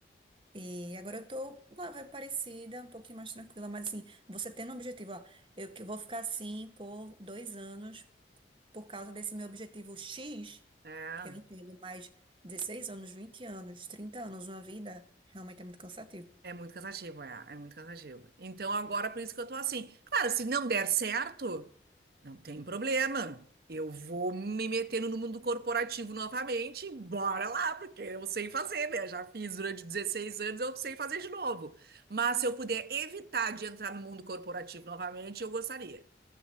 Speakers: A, on the right; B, on the right.
A: E agora eu tô uma vibe parecida, um pouquinho mais tranquila, mas assim, você tendo um objetivo, ó, eu que vou ficar assim por dois anos por causa desse meu objetivo X,
B: É.
A: eu entendo, mas 16 anos, 20 anos, 30 anos, uma vida, realmente é muito cansativo.
B: É muito cansativo, é, é muito cansativo. Então agora por isso que eu tô assim. Claro, se não der certo, não tem problema. Eu vou me metendo no mundo corporativo novamente, e bora lá, porque eu sei fazer, né? Já fiz durante 16 anos, eu sei fazer de novo. Mas se eu puder evitar de entrar no mundo corporativo novamente, eu gostaria.